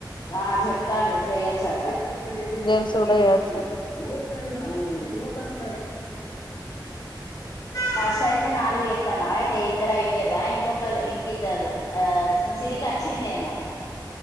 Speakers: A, on the left; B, on the left.
A: ఆ చెప్తాం చెయొచ్చు అట తంగటిఊ
B: జెంట్స్ కూడా చేయచ్చట
A: కర్స్ అయితే నాలుగు ఎత్తాయయితే తే ఇద్దరు అయిపోయ్రా ఇంకొకరు ఇంకద్దరు ఆ సిరికి వచ్చిందిమో